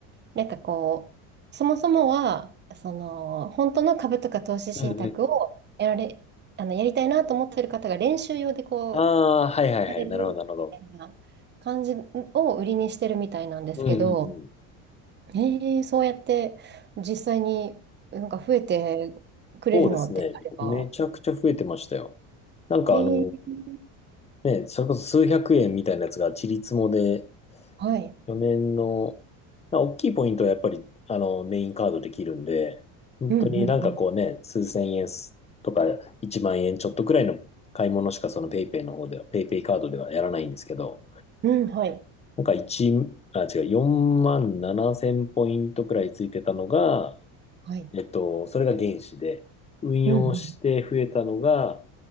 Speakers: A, on the right; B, on the left.
A: なんかこう、そもそもは、その、本当の株とか投資信託をやられ、
B: うんうん。
A: あの、やりたいなと思ってる方が練習用でこう、
B: ああ、はいはいはい。
A: やれるみたいな感じを売りにしてるみたいなんですけど、
B: なるほど、なるほど。うんうんうん。
A: えー、そうやって実際になんか増えてくれるのであれば、
B: そうですね。めちゃくちゃ増えてましたよ。なんかあの
A: えー、
B: ーね、それこそ数百円みたいなやつがちりつもで、
A: はい。
B: 4年の、まあ大きいポイントはやっぱり、あの、メインカードできるんで、本当になんかこうね、
A: うんうん
B: 数千円すとか1万円ちょっとくらいの買い物しかそのペイペイの方では、ペイペイカードではやらないんですけど、
A: うん。うん、はい。
B: なんか1、あ、違う、4万7千ポイントくらいついてたのが、
A: はい。
B: えっと、それが原資で、運用して増えたのが、
A: うんうん。